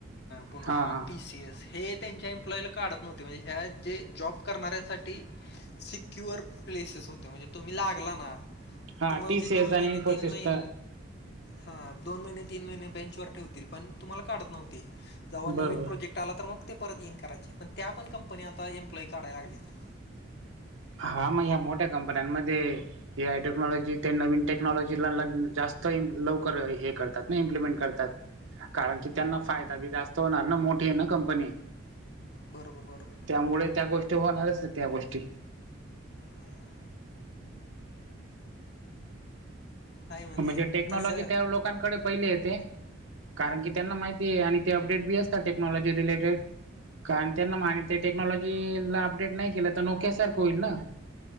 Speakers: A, on the left; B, on the right.
A: पुन्हा
B: हा हा
A: टी सी एस हे त्यांच्या अप्लायला काढत नव्हते म्हणजे ह्या जे जॉब करणाऱ्यांनसाठी सिक्युअर प्लेसेस होते. म्हणजे तुम्ही लागला ना.
B: हा
A: तुम्हांला
B: टी सी
A: ते दोन
B: एस आणि
A: महिने
B: इन्फोसिस
A: तीन महि
B: तर
A: हा दोन महिने तीन महिने बेंचवर ठेवतील. पण तुम्हाला काढत नव्हते जेव्हा
B: बरोबर
A: नवीन प्रोजेक्ट. त्याला तर मग ते परत ईन करायचे. पण त्या पण कंपनी आता एम्प्लॉई काढाय लागलेत.
B: हा मग ह्या मोठ्या कंपन्यांमध्ये. हे आय टेक्नॉलॉजी ते नवीन टेक्नॉलॉजीला जास्त लवकर हे करतात ना इम्प्लिमेंट करतात. कारण की त्यांना फायदा बी जास्त होणार ना मोठी आहे ना कंपनी.
A: बरोबर, बरोबर.
B: त्यामुळें
A: हं.
B: त्या गोष्टी होणारच त्या गोष्टी.
A: हम्म. आहे
B: म्हणजे टेक्नॉलॉजी
A: तसं
B: त्या लोकांनकडे पहिले येते. कारण की त्यांना माहिती आहे आणि ते अपडेट बी असतात टेक्नॉलॉजी रिलेटेड. कारण त्यांना माहीते टेक्नॉलॉजी ला अपडेट नाही केलं तर नोक्यासारखं होईल ना.